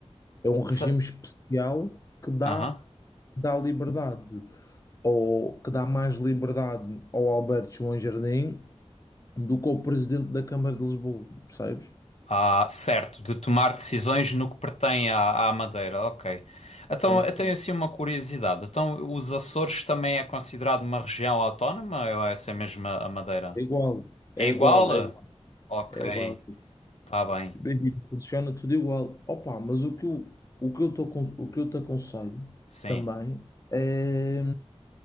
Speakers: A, on the left; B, on the left.
A: É um regime
B: Se-
A: especial que dá,
B: Aham.
A: dá liberdade, ou que dá mais liberdade ao Alberto João Jardim do que o presidente da Câmara de Lisboa, percebes?
B: Ah, certo, de tomar decisões no que pertém à, à Madeira, ok. Então,
A: Sim,
B: eu
A: sim.
B: tenho assim uma curiosidade. Então, os Açores também é considerado uma região autónoma ou é essa mesmo a a Madeira?
A: É igual,
B: É
A: é
B: igual?
A: igual, é igual,
B: Ok,
A: é igual.
B: tá bem.
A: Bem, Funciona tudo igual. Opa, mas o que eu, o que eu te, acon- o que eu te aconselho
B: Sim,
A: também é,